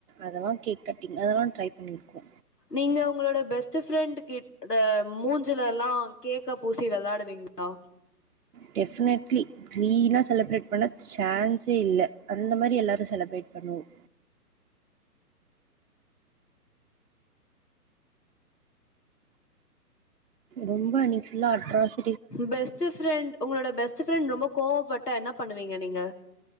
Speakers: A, on the right; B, on the left.
A: அதெல்லா கேக் கட்டிங் அதெல்லா ட்ரை பண்ணிருக்கோ
B: நீங்க உங்களோட பெஸ்ட் ஃப்ரெண்ட் கிட மூஞ்சுல எல்லாம் கேக்க பூசி விளாடுவீங்களா
A: டெபினெட்லி கிளீனா செலிப்ரேட் பண்ண சான்ஸே இல்ல அந்த மாதிரி எல்லாரும் செலப்ரேட் பண்ணுவோம் ரொம்ப இன்னைக்கு ஃபுல்லா அட்ராஸ்
B: பெஸ்ட் ஃப்ரெண்ட் உங்களோட பெஸ்ட் ஃப்ரெண்ட் ரொம்ப கோவப்பட்டா என்ன பண்ணுவீங்க நீங்க